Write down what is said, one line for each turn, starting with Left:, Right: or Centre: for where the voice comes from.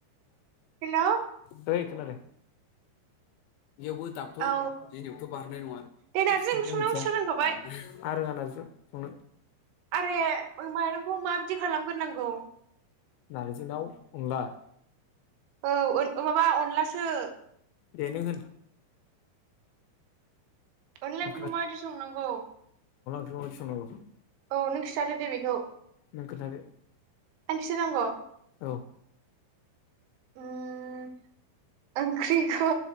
Right: हेलौ
Left: <unintelligible> ओइ खोनादों बेयावबो दाबोथ'
Right: औ
Left: जोंनियावथ' बारहोनाय नङा
Right: दे नारजि
Left: मिथिया
Right: ओंख्रि संनायखौ खिथा रोंखाबाय
Left: आं रोङा नारजि संनो
Right: आरे ओइ माइरंखौ माबायदि खालामग्रोनांगौ
Left: नारजिना अनला?
Right: औ ओन ओ माबा अनलासो
Left: दे नों होन
Right: अनला
Left: आं
Right: ओंख्रिखौ माबायदि संनांगौ?
Left: बेखौ मा बादि संनांगौ?
Right: औ नों खिन्थादो दे बेखौ
Left: नों खिनथादो
Right: आं खिथानांगौ
Left: औ
Right: उम ओंख्रिखौ